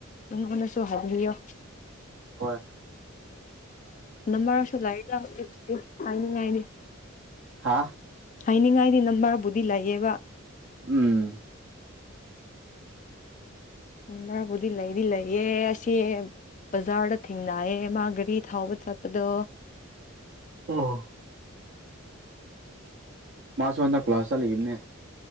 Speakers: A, on the left; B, on the right.
A: ꯃꯉꯣꯟꯗꯁꯨ ꯍꯥꯏꯕꯤꯌꯣ
B: ꯍꯣꯏ
A: ꯅꯝꯕꯥꯔꯁꯨ ꯂꯥꯏꯗ ꯑꯗꯨꯕꯨꯗꯤ ꯍꯥꯏꯅꯤꯡꯉꯥꯏꯅꯤ
B: ꯍꯥꯥ
A: ꯍꯥꯏꯅꯤꯡꯉꯥꯏꯗꯤ ꯅꯝꯕꯔꯕꯨꯗꯤ ꯂꯩꯌꯦꯕ
B: ꯎꯝ
A: ꯅꯝꯕꯔꯕꯨꯗꯤ ꯂꯩꯗꯤ ꯂꯩꯌꯦ ꯑꯁꯤ ꯕꯖꯥꯔꯗ ꯊꯦꯡꯅꯩꯌꯦ ꯃꯥ ꯒꯥꯔꯤ ꯊꯥꯎꯕ ꯆꯠꯄꯗꯣ
B: ꯑꯣ ꯃꯥꯁꯨ ꯍꯟꯗꯛ ꯀ꯭ꯂꯥꯁ ꯆꯠꯂꯤꯕꯅꯦ